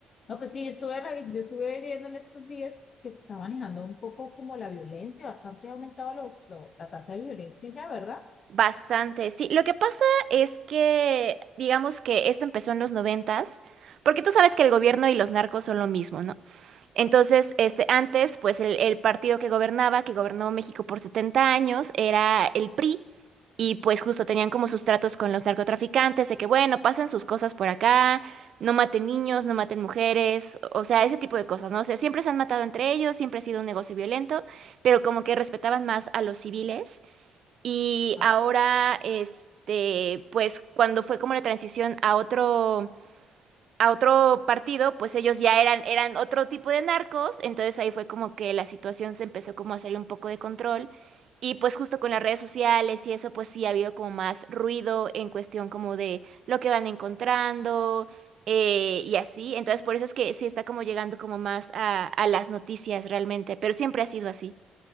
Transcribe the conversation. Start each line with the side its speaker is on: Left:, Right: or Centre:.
Left: No, pues sí, yo estuve, revis- yo estuve viendo en estos días que se está manejando un poco como la violencia, bastante ha aumentado los, lo- la tasa de violencia ya, ¿verdad?
Right: Bastante, sí. Lo que pasa es que, digamos que esto empezó en los noventas, porque tú sabes que el gobierno y los narcos son lo mismo, ¿no? Entonces, este, antes, pues el, el partido que gobernaba, que gobernó México por 70 años, era el PRI, y pues justo tenían como sus tratos con los narcotraficantes, de que, bueno, pasen sus cosas por acá, no maten niños, no maten mujeres, o sea, ese tipo de cosas, ¿no? O sea, siempre se han matado entre ellos, siempre ha sido un negocio violento, pero como que respetaban más a los civiles. Y
Left: Ah,
Right: ahora, este, pues cuando fue como la transición a otro a otro partido, pues ellos ya eran, eran otro tipo de narcos, entonces ahí fue como que la situación se empezó como a salir un poco de control y pues justo con las redes sociales y eso, pues sí ha habido como más ruido en cuestión como de lo que van encontrando eh, y así, entonces por eso es que sí está como llegando como más a, a las noticias realmente, pero siempre ha sido así.